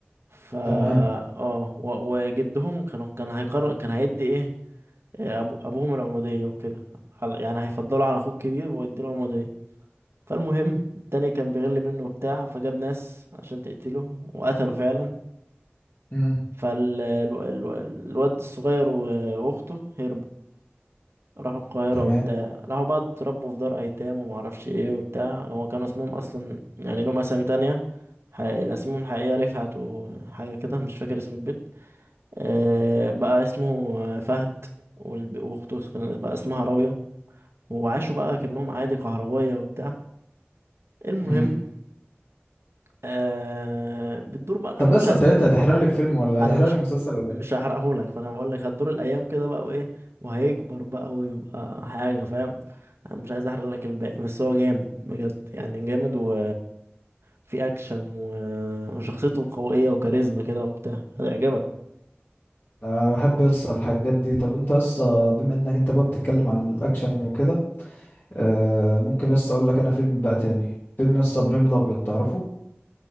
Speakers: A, on the right; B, on the left.
A: فا
B: تمام
A: اه و- وجدهم كانوا كان هيقرر كان هيدي ايه أبو أبوهم العمودية وكده على- يعني هيفضلوا على أخوه الكبير ويديله عمودية فالمهم التاني كان بيغل منه وبتاع فجاب ناس عشان تقتله وقتله فعلا
B: امم
A: فالواد الصغير وأخته هربوا راحوا القاهرة
B: تمام
A: وبتاع راحوا بقى اتربوا في دار أيتام ومعرفش ايه وبتاع هو كان اسمهم أصلا يعني لهم أسامي تانية حقيقي اسمهم الحقيقية رفعت وحاجة كده مش فاكر اسم البيت آه، بقى اسمه آه، فهد والب- وأخته بقى اسمها راوية وعاشوا بقى كأنهم عادي كهروية وبتاع المهم
B: امم
A: آه بتدور بقى
B: طب
A: انا
B: بس
A: مش عايز
B: انت ايه هتحرق لي الفيلم ولا
A: انا
B: هتحرق
A: مش
B: لي المسلسل ولا
A: مش
B: ايه
A: هحرقهولك فانا بقول لك هتدور الايام كده بقى وايه وهيكبر بقى ويبقى حاجة فاهم انا مش عايز احرق لك الباقي بس هو جامد بجد يعني جامد و في اكشن و... وشخصيته قوية وكاريزما كده وبتاع هتعجبك
B: انا بحب يس الحاجات دي طب انت يس بما انك انت بقى بتتكلم عن الاكشن وكده آه ممكن يس اقول لك انا فيلم بقى تاني فيلم يس ابراهيم الابيض تعرفه